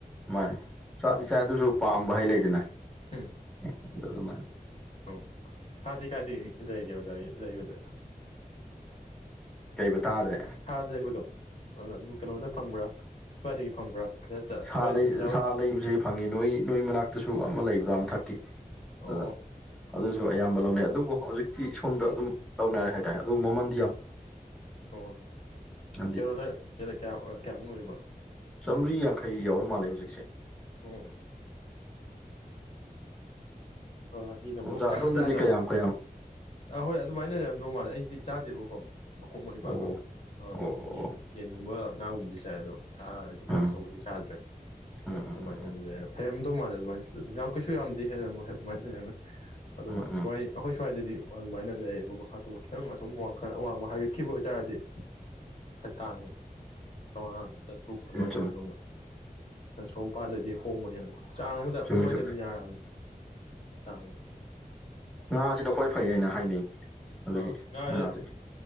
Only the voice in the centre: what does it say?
ꯃꯥꯅꯤ ꯆꯥꯗꯤ
ꯆꯥꯏ ꯑꯗꯨꯁꯨ ꯄꯥꯝꯕ ꯍꯥꯏ ꯂꯩꯗꯅ
ꯎꯝ ꯑꯗꯨꯗꯨ ꯃꯥꯏꯅ
ꯀꯩꯕ ꯇꯥꯗ꯭ꯔꯦ
ꯁꯥ
ꯂꯩ
ꯁꯥ
ꯂꯩꯕꯁꯦ ꯐꯪꯉꯤ ꯅꯣꯏ ꯅꯣꯏ ꯃꯅꯥꯛꯇꯁꯨ ꯑꯃ ꯂꯩꯕꯗꯣ ꯑꯃ ꯊꯛꯀꯤ
ꯑꯗꯨꯗ
ꯑꯗꯨꯁꯨ ꯑꯌꯥꯝꯕ
ꯂꯧꯅꯩ ꯑꯗꯨꯕꯨ ꯍꯧꯖꯤꯛ ꯤ ꯁꯣꯝꯗ ꯑꯗꯨꯝ ꯇ ꯂꯧꯅꯔꯦ ꯍꯥꯏꯇꯥꯔꯦ ꯑꯗꯨ ꯃꯃꯟ
ꯍꯥꯏꯗꯤ
ꯆꯥꯝꯔꯤ ꯌꯥꯡꯈꯩ ꯌꯥꯎꯔ ꯃꯥꯜꯂꯦ ꯍꯧꯖꯤꯛꯁꯦ
ꯑꯣꯖꯥ
ꯑꯗꯣꯝꯗꯗꯤ
ꯀꯌꯥꯝ ꯀꯌꯥꯝ
ꯑꯣ
ꯑꯣ
ꯑꯣ
ꯎꯝ ꯎꯝ
ꯎꯝ
ꯎꯝ ꯎꯝ ꯎꯝ
ꯎ <inaudible>
ꯆꯨꯝꯃꯤ ꯆꯨꯝꯃꯤ
ꯆꯨꯝꯃꯤ
ꯆꯨꯝꯃꯤ
ꯉꯥꯁꯤꯗ ꯈ꯭ꯋꯥꯏ ꯐꯩꯌꯦꯅ ꯍꯥꯏꯅꯩ ꯑꯗꯨꯒꯤ
ꯉꯥꯁꯦ